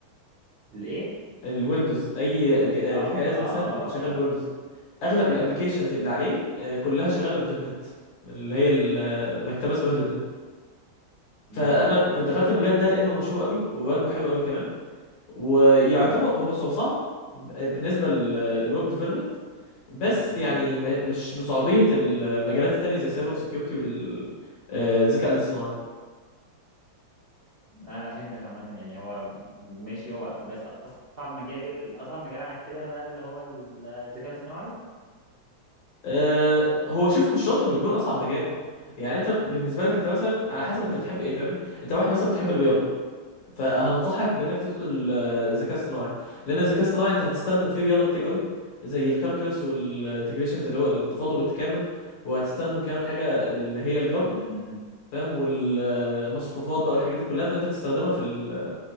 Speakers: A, on the right; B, on the left.
A: الايه
B: الويندوز اي ج- آه،
A: اه
B: جهاز
A: اه اه
B: مثلا
A: اه
B: شغال
A: اه
B: بويندوز
A: آه.
B: اغلب
A: ايوه
B: الابلكيشنز
A: <laughs> حضرتك
B: اللي عليه آه، كلها شغاله بدوت نت اللي هي المكتبه اسمها دوت نت فانا
A: امم
B: كنت دخلت المجال ده لانه مشهور قوي وبراتبه حلو قوي كمان ويعتبر
A: امم
B: هو بص هو صعب ب- بالنسبه للويب ديفلوبمنت بس
A: امم
B: يعني م- مش بصعوبيه المجالات التانيه زي السايبر سيكيورتي والذكاء الاصطناعي
A: انا فهمتك عامه يعني هو ماشي هو بس اصعب مجال اصعب مجال على كده بقى اللي هو الذكاء الاصطناعي
B: آه، هو شوف مش شرط انه يكون اصعب مجال يعني انت بالنسبه لك انت مثلا
A: امم
B: على حسب انت بتحب ايه فاهمني انت واحد مثلا بتحب الرياضه فهنصحك بانك تدخل آه، الذكاء الاصطناعي لان الذكاء الاصطناعي انت هتستخدم فيه رياضه كتير قوي زي الكالكولس والانتجريشنز اللي هو التفاضل والتكامل وهتستخدم كمان حاجه اللي هي الجبر
A: امم
B: فاهم والمصفوفات بقى والحاجات دي كلها فانت هتستخدمها في ال-